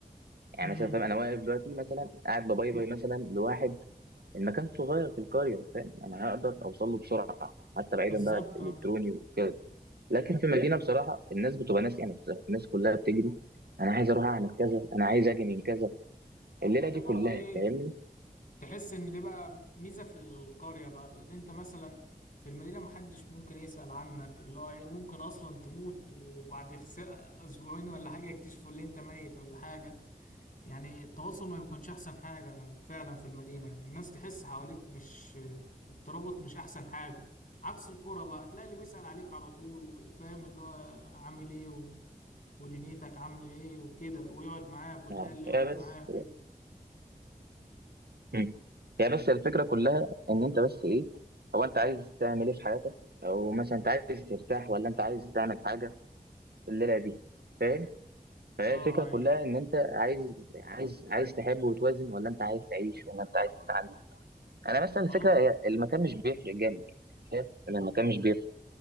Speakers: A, on the right; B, on the left.
A: يعني
B: امم
A: مثلا فاهم انا واقف دلوقتي مثلا قاعد بباي باي مثلا لواحد المكان صغير في القريه فاهم انا هقدر اوصل له بسرعه حتى بعيدا
B: بالظبط
A: بقى
B: اه
A: الكتروني وكده لكن في المدينه بصراحه الناس بتبقى ناس يعني بصراحة الناس كلها بتجري انا عايز اروح اعمل كذا انا عايز اجي من كذا الليله
B: ما ده
A: دي
B: برضه
A: كلها
B: ايه
A: فاهمني
B: تحس ان دي بقى ميزه في القريه بقى لان انت مثلا في المدينه محدش ممكن يسال عنك اللي هو ايه ممكن اصلا تموت وبعد خس- اسبوعين ولا حاجه يكتشفوا ان انت ميت ولا حاجه يعني التواصل ما بيكونش احسن حاجه فعلا في المدينه يعني الناس تحس حواليك مش الترابط مش احسن حاجه عكس القرى بقى تلاقي اللي بيسال عليك على طول وفاهم اللي هو عامل ايه و- ودنيتك عامله ايه وكده ويقعد معاك وتلاقي
A: آه.
B: اللي يقعد
A: هي بس
B: معاك كده
A: مم. هي بس الفكره كلها ان انت بس ايه هو انت عايز تعمل ايه في حياتك او مثلا انت عايز ترتاح ولا انت عايز تعمل حاجه الليله دي فاهم فهي
B: اه
A: الفكره
B: ايوه
A: كلها ان انت عايز عايز عايز تحب وتوازن ولا انت عايز تعيش ولا انت عايز تتعلم انا مثلا الفكره
B: والله
A: هي المكان مش بيفرق جامد يعني شايف ان المكان مش بيفرق